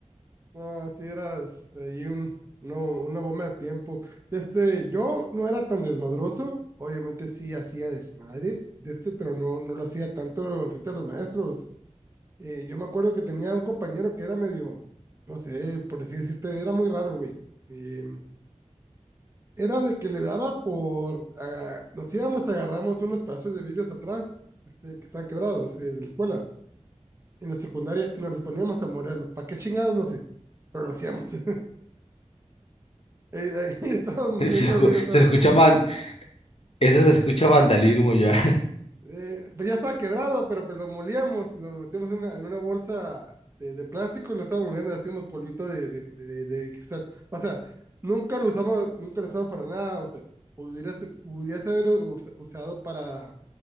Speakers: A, on the right (about 25°); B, on the left (about 55°).
A: No, sí eras ahí un, no, una bomba de tiempo. Este, yo no era tan desmadroso, obviamente sí hacía desmadre de este, pero no, no lo hacía tanto frente a los maestros. Eh, yo me acuerdo que tenía un compañero que era medio, no sé, por así decirte, era muy raro, güey. Eh, era de que le daba por, aga- nos íbamos, agarramos unos pedazos de vidrios atrás, este, que están quebrados, eh, de la escuela en la secundaria y nos los poníamos a molerlos. ¿Para qué chingados? No sé, pero lo hacíamos. <laughs> Eh, ahí estábamos
B: <laughs> Se,
A: moliendo
B: escu-
A: virutas.
B: se escucha man, eso se escucha vandalismo ya. <laughs>
A: Eh, pues ya estaba quebrado, pero pues lo molíamos, lo metíamos en una, en una bolsa de, de, plástico y lo estábamos moliendo, le hacíamos polvito de, de, de, de cristal. O sea, nunca lo usamos, nunca lo usamos para nada, o sea, pudiera, pudiera haber usado para